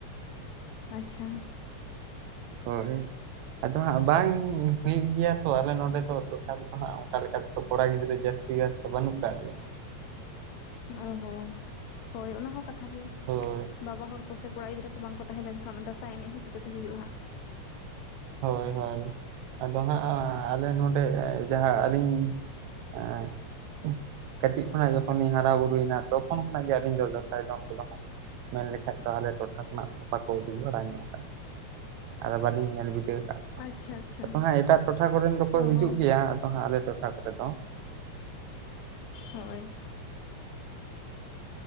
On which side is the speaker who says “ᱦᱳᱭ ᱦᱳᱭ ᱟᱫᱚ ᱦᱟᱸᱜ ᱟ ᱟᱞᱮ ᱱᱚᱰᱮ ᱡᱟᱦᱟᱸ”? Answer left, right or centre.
Right